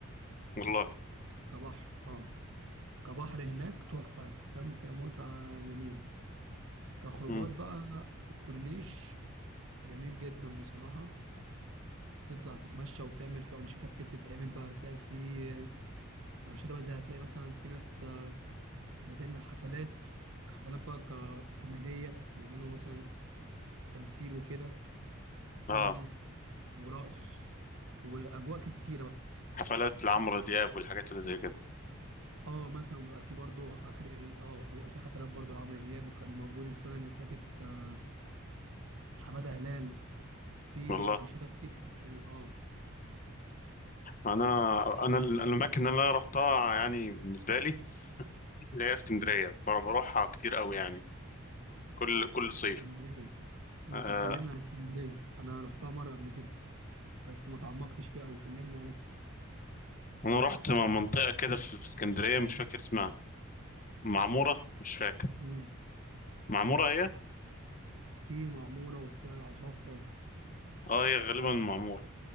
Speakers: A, on the left (about 35°); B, on the right (about 60°).
A: والله
B: كبحر اه كبحر هناك تحفه هتستمتع متعه جميله كخروجات
A: مم.
B: بقى الكورنيش جميل جدا بصراحة تطلع تتمشى وتعمل فيه أنشطة كتير تتعمل بقى هتلاقي فيه أنشطة بقى زي هتلاقي مثلا في ناس آه، بتعمل حفلات حفلات بقى ككوميدية يعملوا مثلا تمثيل وكده كوميدي
A: اه
B: ورقص وأجواء كتيرة بقى
A: حفلات لعمرو دياب والحاجات اللي زي كده
B: اه مثلا بيبقى في برضو آخر ال... اه بيبقى في حفلات برضو لعمرو دياب وكان موجود السنة اللي فاتت آه، حمادة هلال في
A: والله
B: أنشطة كتير بتتعمل اه
A: انا
B: في
A: انا ال- الاماكن اللي انا رحتها يعني بالنسبه لي اللي هي اسكندريه بر- بروحها كتير قوي يعني كل كل صيف
B: اسكندرية انت
A: آه
B: مكلمنا عن اسكندرية انا رحتها مرة قبل كده بس ما تعمقتش فيها أوي كلمني عليها
A: انا رحت منطقه كده في في اسكندريه مش فاكر اسمها معمورة مش فاكر
B: امم
A: معمورة هي
B: في معمورة وفي عصافرة
A: اه هي غالبا معمورة